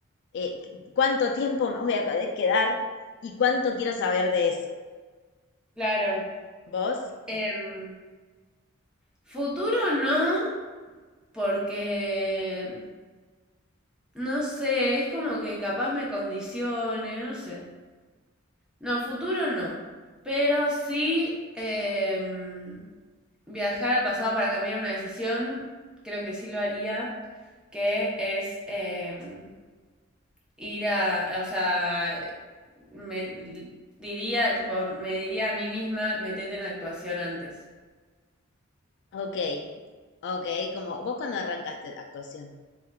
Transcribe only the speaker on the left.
eh, cuánto tiempo me voy a quedar y cuánto quiero saber de eso.
¿Vos?
Ok, ok, como vos cuando arrancaste actuación.